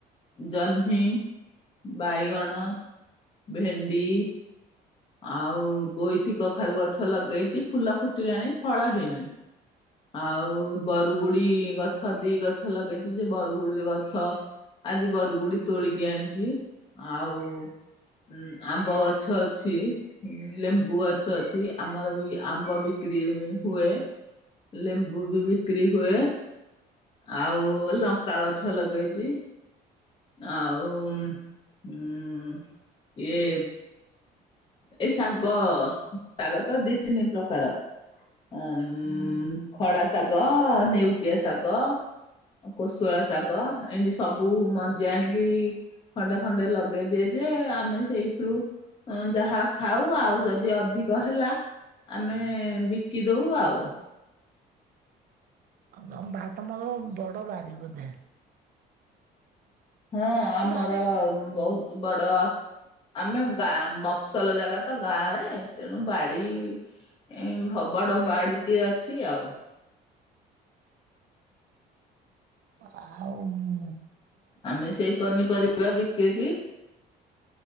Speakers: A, on the left (about 30°); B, on the right (about 60°).
A: ଜହ୍ନି ବାଇଗଣ, ଭେଣ୍ଡି ଆଉ ବୋଇତି କଖାରୁ ଗଛ ଲଗେଇଛି ଫୁଲ ଫୁଟିଲାଣି ଫଳ ହେଇନି। ଆଉ ବରୁଗୁଡି ଗଛ ଦି ଗଛ ଲଗେଇଛି ଯେ ବରୁଗୁଡିରେ ଗଛ ଆଜି ବରୁଗୁଡି ତୋଳିକି ଆଣିଛି ଆଉ ଉୁଁ ଆମ୍ବ ଗଛ ଅଛି। ଲେମ୍ବୁ ଗଛ ଅଛି। ଆମର ବି ଆମ୍ବ ବିକ୍ରି ହୁଏ। ଲେମ୍ବୁ ବି ବିକ୍ରି ହୁଏ। ଆଉ ଲଙ୍କା ଗଛ ଲଗେଇଛି। ଆଉ ହ ଏଇ ଏଇ ଶାଗ ଶାଗ ତ ଦି ତିନି ପ୍ରକାର। ଅ ମ ଖଡା ଶାଗ ନେଉଟିଆ ଶାଗ। କୋଶଳା ଶାଗ ଏମିତି ସବୁ ମଞ୍ଜି ଆଣିକି ଖଣ୍ଡେ ଖଣ୍ଡେ ଲଗେଇଦିଏ ଯେ ଆମେ ସେଇଥିରୁ ଯାହା ଖାଉ ଆଉ ଯଦି ଅଧିକ ହେଲା ଆମେ ବିକି ଦଉ ଆଉ।
B: ମ ଭା ତମର ବଡ ବାରି ବୋଧେ?
A: ହଁ ଆମର
B: ବାରି
A: ବହୁତ୍ ବଡ ଆମେ ଗାଁ ମଫସଲ ଜାଗା ତ ଗାଁ ରେ ତେଣୁ ବାଡି ଏମ ଭ‌ ବଡ ବାଡିଟି ଅଛି ଆଉ।
B: ଆଉ ଉଁ।
A: ଆମେ ସେଇ ପନିପରିବା ବିକିକି